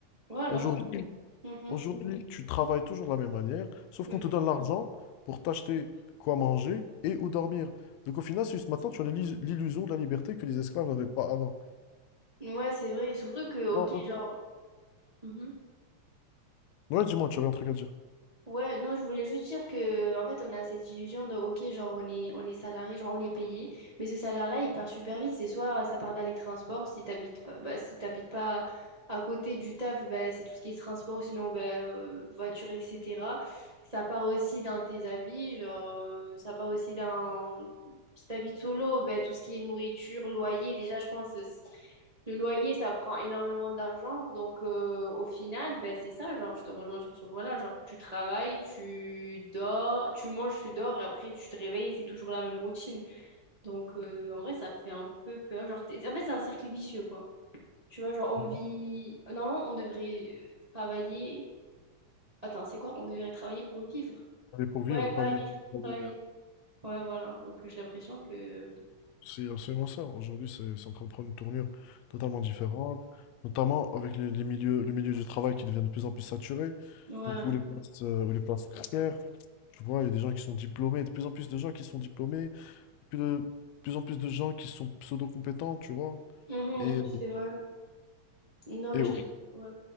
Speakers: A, on the right; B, on the left.
A: voilà.
B: Aujourd'hui,
A: Mhm.
B: Aujourd'hui, tu travailles toujours de la même manière, sauf
A: Ok.
B: qu'on te donne l'argent pour t'acheter quoi manger et où dormir. Donc au final, c'est juste maintenant, tu as l'illu- l'illusion de la liberté que les esclaves n'avaient pas avant.
A: Ouais, c'est vrai. Surtout que, ok,
B: Ouais, ouais.
A: genre. Mhm.
B: Ouais, dis-moi, tu avais un truc à dire.
A: Ouais, non, je voulais juste dire que, en fait, on a cette illusion de, ok, genre, on est, on est salarié, genre, on est payé, mais ce salaire-là, il part super vite. C'est soit ça part dans les transports, si t'habites pas, bah, si t'habites pas à côté du taf, bah, c'est tout ce qui est transport, ou sinon, bah, euh, voiture, etc. Ça part aussi dans tes habits, genre, euh, ça part aussi dans, si t'habites solo, bah, tout ce qui est nourriture, loyer, déjà, je pense, le loyer, ça prend énormément d'argent. Donc, euh, au final, ben, c'est ça, genre, je te rejoins sur ce point-là. Genre, tu travailles, tu dors, tu manges, tu dors, et après, tu te réveilles, et c'est toujours la même routine. Donc, euh, en vrai, ça fait un peu peur. Genre, t'es- en fait, c'est un cercle vicieux, quoi. Tu vois, genre, on
B: Ouais.
A: vit... Normalement, on devrait euh, travailler... Attends, c'est quoi? On devrait travailler pour vivre.
B: Travailler pour vivre
A: Ouais,
B: et
A: pas
B: pas vivre
A: vivre
B: pour
A: pour
B: travailler.
A: travailler.
B: euh,
A: Ouais, voilà. Donc, j'ai l'impression que...
B: C'est absolument ça. Aujourd'hui, c'est c'est en train de prendre une tournure totalement différente, notamment avec les, les milieux, le milieu du travail qui devient de plus en plus saturé,
A: Ouais.
B: donc où les places, euh, où les places précaires, tu vois, il y a des gens qui sont diplômés, de plus en plus de gens qui sont diplômés, plus de plus en plus de gens qui sont pseudo-compétents, tu vois.
A: Mhm,
B: Et,
A: c'est vrai. Non,
B: et
A: mais
B: au
A: je te...
B: final,
A: Ouais.